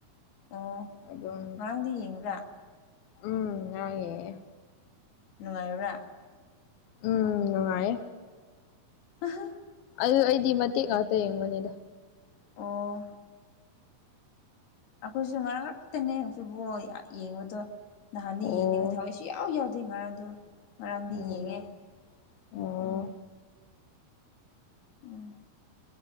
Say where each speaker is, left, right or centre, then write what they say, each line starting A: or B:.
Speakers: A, on the left; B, on the left.
A: ꯑꯣ
B: ꯑꯗꯨꯝ
A: ꯉꯔꯥꯡꯗꯤ ꯌꯦꯡꯕ꯭ꯔꯥ
B: ꯎꯝ ꯉꯔꯥꯡ ꯌꯦꯡꯉꯦ
A: ꯅꯨꯡꯉꯥꯏꯕ꯭ꯔꯥ
B: ꯎꯝ ꯅꯨꯡꯉꯥꯏꯌꯦ
A: ꯑꯍꯥ
B: ꯑꯗꯨ ꯑꯩꯗꯤ ꯃꯇꯦꯛ ꯉꯥꯛꯇ ꯌꯦꯡꯕꯅꯦꯗ
A: ꯑꯣ ꯑꯩꯈꯣꯏꯁꯨ ꯉꯔꯉꯛꯇꯅꯦ ꯐꯨꯠꯕꯣꯜ ꯌꯥ ꯌꯦꯡꯕꯗꯣ ꯅꯍꯥꯟꯗꯤ
B: ꯑꯣ
A: ꯌꯦꯡꯅꯤꯡ ꯊꯋꯥꯢ ꯁꯨ ꯌꯥꯎ ꯌꯥꯎꯗꯦ ꯉꯔꯥꯡꯗꯣ ꯉꯔꯥꯡꯗꯤ
B: ꯑꯣ
A: ꯌꯦꯡꯉꯦ
B: ꯑꯣ
A: ꯎꯝ ꯎꯝ